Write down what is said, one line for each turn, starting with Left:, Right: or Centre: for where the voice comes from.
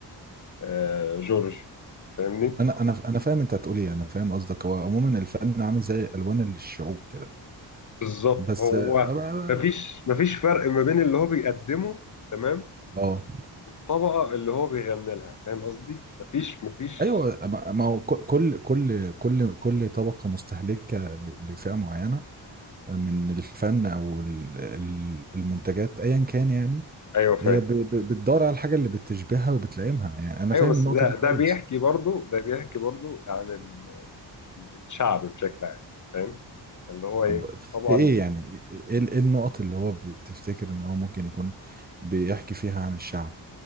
Left: آه جورج فاهمني
Right: انا انا انا فاهم انت هتقول ايه انا فاهم قصدك هو عموما الفن عامل زي الوان الشعوب كده
Left: بالظبط
Right: بس
Left: هو
Right: اه
Left: مفيش مفيش فرق ما بين اللي هو بيقدمه تمام
Right: آه.
Left: الطبقة اللي هو بيغني لها فاهم قصدي مفيش مفيش
Right: ايوه ما ما هو كل كل كل كل كل طبقه مستهلكه ل- لفئه معينه من الفن او ال- ال- المنتجات ايا كان يعني
Left: ايوه فاهم
Right: هي ب- ب- بتدور على الحاجه اللي بتشبهها وبتلائمها يعني انا
Left: ايوه
Right: فاهم
Left: بس
Right: النقطه
Left: ده
Right: دي
Left: ده
Right: كويس
Left: بيحكي برضه ده بيحكي برضه عن ال- الشعب بشكل عام فاهم اللي هو ايه
Right: طب في
Left: طبعا
Right: ايه يعني ايه إيه النقط اللي هو بتفتكر ان هو ممكن يكون بيحكي فيها عن الشعب